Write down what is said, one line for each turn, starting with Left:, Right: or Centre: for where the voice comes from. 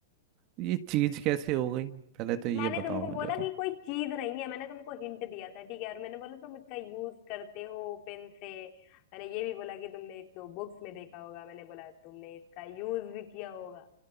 Right: ये चीज कैसे हो गई पहले तो ये
Left: मैंने
Right: बताओ
Left: तुमको
Right: मुझे
Left: बोला कि
Right: तो।
Left: कोई चीज नहीं है मैंने तुमको हिंट दिया था ठीक है और मैंने बोला तुम इसका यूज करते हो पेन से मैंने ये भी बोला कि तुमने इसको बुक्स में देखा होगा मैंने बोला तुमने इसका यूज भी किया होगा